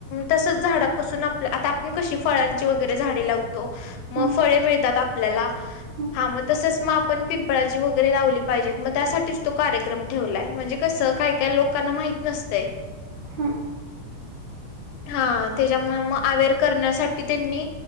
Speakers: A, on the left; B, on the right.
A: तसच झाडापासून आता आपण कशी फळांची वगैरे झाडे लावत मग
B: हम्म
A: फळे मिळतात आपल्याला
B: हम्म
A: हा मग तसच म आपण पिंपळाजी वगैरे लावली पाहिजेत मग त्यासाठीच तो कार्यक्रम ठेवलाय म्हणजे कसं काय काय लोकांना माहिती नसतय.
B: हम्म
A: हा त्यांच्या मुळे म अवेर करण्यासाठी त्यांनी